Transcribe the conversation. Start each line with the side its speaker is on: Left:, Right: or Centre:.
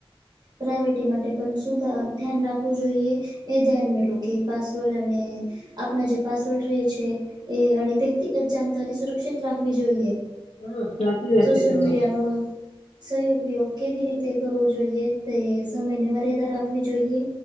Right: પ્રાઇવેટી માટે પણ શું ધ્યાન રાખવું જોઈએ? એ ધ્યાનમાં લો કે, પાસવર્ડ અને આપણા જે પાસવર્ડ રહેે છે, એ અને વ્યક્તિગત જાણકારી સુરક્ષિત રાખવી જોઈએ.
Left: હા સાચી વાત
Right: સોશિયલ
Left: છે તમારી
Right: મિડિયાનો. સહી ઉપયોગ કેવી રીતે કરવો જોઈએ તે, સમયને મર્યાદા રાખવી જોઈએ.